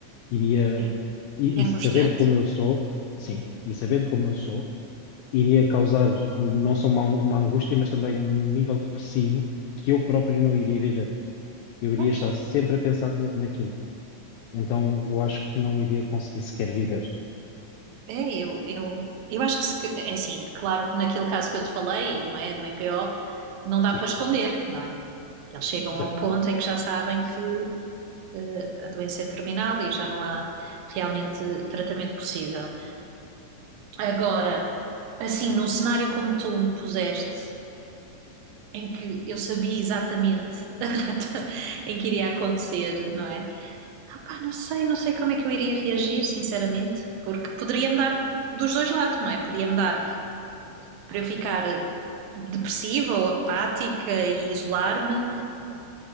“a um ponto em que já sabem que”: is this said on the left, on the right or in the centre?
Right